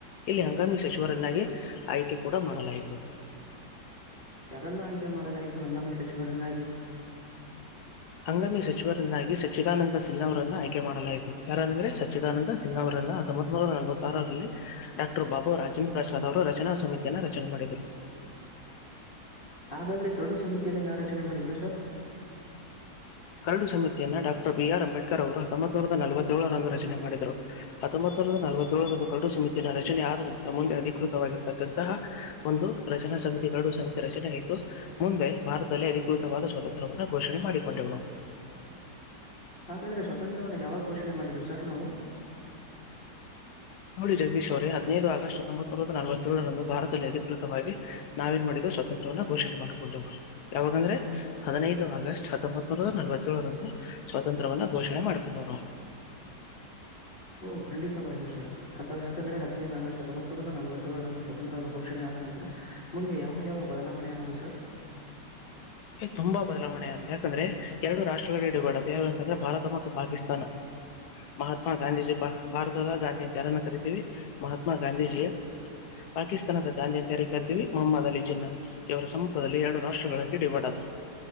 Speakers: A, on the left (about 70°); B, on the left (about 30°).
A: ಇಲ್ಲಿ ಹಂಗಾಮಿ ಸಚಿವರನ್ನಾಗಿ ಆಯ್ಕೆ. ಕೂಡ ಮಾಡಲಾಯ್ತು.
B: ಯಾರನ್ನ ಆಯ್ಕೆ ಮಾಡಲಾಯ್ತು ಹಂಗಾಮಿ ಸಚಿವರನ್ನಾಗಿ.
A: ಹಂಗಾಮಿ ಸಚಿವರನ್ನಾಗಿ ಸಚ್ಚಿದಾನಂದ ಸಿನ್ಹಾ ಅವರನ್ನ ಆಯ್ಕೆ ಮಾಡಲಾಯಿತು ಯಾರನಂದ್ರೆ ಸಚ್ಚಿದಾನಂದ. ಸಿನ್ನ ಅವರ ಹೊತ್ತೊಂಬತ್ ನೂರಾ ನಲವತ್ತಾರರಲ್ಲಿ. ಡಾಕ್ಟರ್ ಬಾಬು ರಾಜೇಂದ್ರ ಪ್ರಸಾದ್ ಅವರು ರ. ರಚನಾ ಸಮಿತಿಯನ್ನು ರಚನೆ ಮಾಡಿದರು.
B: ಹಾಗಾದ್ರೆ ಕರಡು ಸಮಿತಿಯನ್ನ ಯಾವ ರಚನೆ ಮಾಡಿದ್ರು ಸರ್.
A: ಕರಡು ಸಮಿತಿಯನ್ನ ಡಾ. ರ್ ಬಿ ಆರ್ ಅಂಬೇಡ್ರ್ ಅವರು ಹತ್ತೊಂಬತ್ೂರ ನಲವತ್ತ ೇಳಳರಂದು ರಚನೆ ಮಾಡಿದರುರು ಹತ್ತೊಂಬತ್ೂರ ನಲವತ್ತೇಳಳರಂದು ಕಡು ಸಮಿತಿಯ ರಚನೆ ಆದ ನಂತರ ಮುಂದೆ ಅಧಿಕೃತವಾಗಿರತಕ್ಕಂತಹ. ಒಂದು ರಚನಾ ಸಮಿತಿ ಎರಡು ಸಮಿತಿ. ತರೆ ಆಯಿತು. ಮುಂದೆ ಭಾರತದಲ್ಲಿ ಅದ. ೃತವ ಸ್ವಾತಂತ್ರ್ಯವನ್ನು ಘೋಷಣೆ ಮಾಡಿಕೊಂಡ.
B: ಹಾಗಾದ್ರೆ ಸ್ವತಂತ್ರವನ್ನ ಯಾವಾಗ ಘೋಷಣೆ ಮಾಡಿದು. ಸರ್ ನಾವು.
A: ನೋಡಿ ಜಗದೀಶ್ ಅವ್ರ ಹದಿನೈದು ಆಗಸ್ಟ್ ತೊಂಬತ್ತತ್. ನಲವತ್ತೇಳರಂದು ಭಾರತದಲ್ಲಿ ಅಧಿಕೃತವಾಗಿ. ನಾವೇನ್ ಮಾಡಿದ್ದು ಸ್ವಾತಂತ್ರ್ಯವನ್ನ. ಘೋಷಣೆ ಮಾಡ್ಕೊಂಡ ಯಾವಾಗಂದ್ರೆ. ಹದಿನೈದು ಆಗಸ್ಟ್ ಹತ್ತೊಂಬತ್ತನೂರರ ನಲವತ್ತೇಳಳರಂದು. ಹ ಸ್ವಾತಂತ್ರವನ್ನ ಘೋಷಣೆ ಮಾಡಕೊಂಡವ ನಾವು
B: ಓ ಖಂಡಿತವಾಗಿಯೂ ಸರ್ ಅಥವಾ ಯಾಕಂದ್ರೆ ಹದ್ಿನೈದು ಆಗಸ್ಟ್ ಹದೊಂಬತ್ ನೂರ ನಲವತ್ತೇಳರಂದು ಸ್ವತಂತ್ರ್ಯವನ್ನು ಘೋಷಣೆ ಆದ ನಂತರ ಮುಂದೆ ಯಾವ ಯಾವ ಬದಲಾವಣೆ ಆದವು ಸರ್
A: ತುಂಬಾ ಬದಲಾವಣೆ ಅದು ಯಾಕಂದ್ರೆ ಎರಡು ರಾಷ್ಟ್ರಗಳ ಡಿವೈಡ್ ಆದ ಅಂದ್ರೆ ಭಾರತ ಮತ್ತು ಪಾಕಿಸ್ತಾನ ಮಹಾತ್ಮಾ ಗಾಂಧಿ ಜಿ ಭಾರತ ಗಾಂಧಿ ಜಾರನ್ನ ಕರಿತೀವಿ ಮಹಾತ್ಮ ಗಾಂಧೀಜಿ ಪಾಕಿಸ್ತಾನದ ಗಾಂಧಿಯಂತ ಕರ್ತೀವಿ ಮೊಹಮ್ಮ್ ಅಲಿ ಜೀನ್ನಾ ಇವರ ಸಮ್ಮುಖದಲ್ಲಿ ಎರಡು ರಾಷ್ಟ್ರಗಳ ಇಡಿಪಡದು